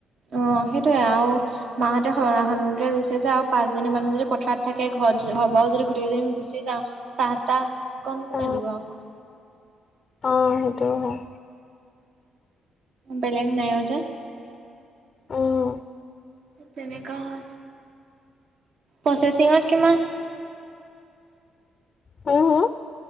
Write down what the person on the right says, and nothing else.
অ সেইটোৱেই আৰু। মাহঁতে সলনা সলনিকে ৰুইছে যে আৰু পাঁচজনী মানুহ যদি পথাৰত থাকে ঘৰত ঘৰপাও যদি গোটেইদিন গুচি যাওঁ। চাহ তাহ কণ কোনে
দিব আকৌ।
বেলেগ নাইও যে।
তেনেকুৱা হয়। প্ৰচেচিঙত কিমান।